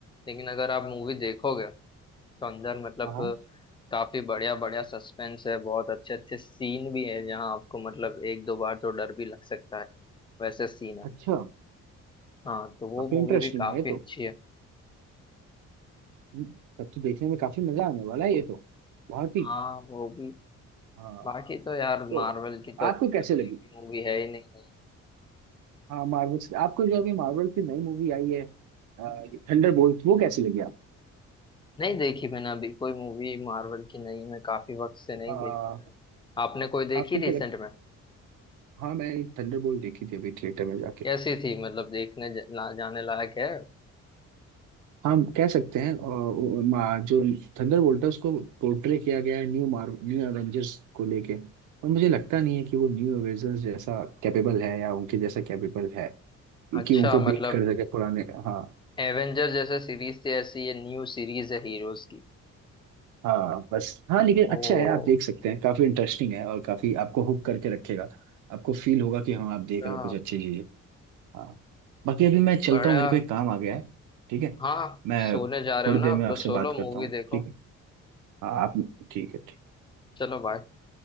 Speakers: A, on the left; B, on the right.
A: लेकिन अगर आप मूवी देखोगे तो अंदर मतलब
B: हाँ हाँ।
A: काफी बढ़िया बढ़िया सस्पेंस है बहुत अच्छे अच्छे सीन भी है जहाँ आपको मतलब एक दो बार तो डर भी लग सकता है वैसे सीन है
B: अच्छा
A: हाँ तो वो
B: काफी
A: मूवी
B: इंटरेस्टिंग
A: भी काफी
B: है ये तो
A: अच्छी है
B: हम्म, तब तो देखने में काफी मजा आने वाला है ये तो बहुत ही
A: हाँ वो भी
B: हाँ
A: बाकी तो यार मार्वल
B: तो
A: की तो अभी
B: आपको कैसे लगी
A: एक भी मूवी है ही नहीं नहीं
B: हाँ मार्वल से आपको जो अभी मार्वल की नई मूवी आई है थंडर बोल्ट, वो कैसी लगी आपको
A: नहीं देखी मैंने अभी कोई मूवी मार्वल की नहीं मैं काफी वक्त से नहीं
B: आ,
A: देख पाया आपने कोई देखी
B: आपको क्या
A: रिसेंट
B: लग
A: में
B: हाँ मैं थंडर बोल्ट देखी थी अभी थिएटर में जाके
A: कैसी थी मतलब देखने ज- ला, जाने लायक है
B: हम कह सकते हैं और मा- जो थंडरबोल्ट है उसको पोर्ट्रे किया गया है न्यू मार्व न्यू एवेंजर्स को लेके और मुझे लगता नहीं है कि वो न्यू एवेंजर्स जैसा कैपेबल है या उनके जैसा कैपेबल है
A: अच्छा
B: कि उनको
A: मतलब
B: बीट कर सके पुराने हाँ
A: एवेंजर जैसे सीरीज थी ऐसी ये न्यू सीरीज है हीरोज की
B: हाँ बस हाँ लेकिन
A: ओ
B: अच्छा है आप देख सकते हैं काफी इंटरेस्टिंग है और काफी आपको हुक करके रखेगा आपको फील होगा कि हाँ
A: अच्छा
B: आप देख रहे हो कुछ अच्छी चीजें हाँ बाकी अभी मैं चलता
A: बड़ा
B: हूँ मेरे को एक काम आ गया है ठीक है
A: हाँ
B: मैं
A: सोने जा रहे
B: थोड़ी
A: हो ना
B: देर
A: अब
B: में आपसे
A: तो सोलो
B: बात करता
A: मूवी
B: हूँ
A: देखो
B: ठीक है हाँ आप ठीक है ठीक
A: चलो बाय